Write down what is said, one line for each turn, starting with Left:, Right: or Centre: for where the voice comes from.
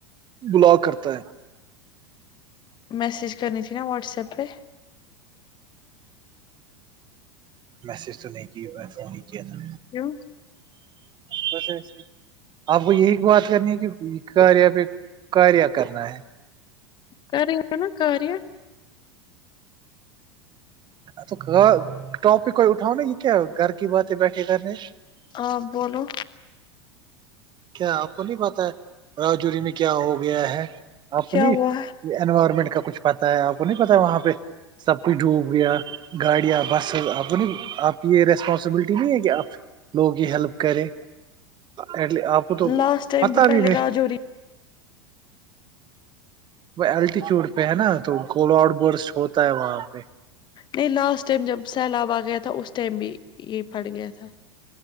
Right: بلاک کرتا ہے
Left: میسیج کرنی تھی نا واٹس ایپ پے
Right: میسج تو نہیں کیا ہوا ہے فون ہی کیا تھا
Left: کیوں
Right: بس ایسے ہی آپ کو یہی بات کرنی ہے کی کاریہ پے کاریہ کرنا ہے
Left: کاریہ ہیں نا کاریہ
Right: تو ٹاپک کوئی اٹھاؤ نا یے کیا گھر کی باتیں بیٹھے کرنے
Left: آپ بولو
Right: کیا آپ کو نہیں پتہ ہے راجور میں کیا ہو گیا ہے اپنی
Left: کیا ہوا
Right: انوائرمنٹ کا کچھ پتا ہے آپ کو نہیں پتا وہاں پے سب کھ ڈوب گیا گاڑیاں بسز آپ آپ کی یے ریسپانسبلٹی نہیں ہے کی آپ لوگ کی ہیلپ کرے ا آپ کو
Left: ہے
Right: تو
Left: لاسٹ ٹائم
Right: پتہ
Left: پہلے
Right: بھی نہیں
Left: راجوری
Right: وہ الٹیٹیوڈ پے ہے نا تو گول آڈ برس ہوتا ہے وہاں پے
Left: نہیں لاسٹ ٹائم جب سیلاب آ گیا تھا اس ٹائم بھی یے پٹ گیا تھا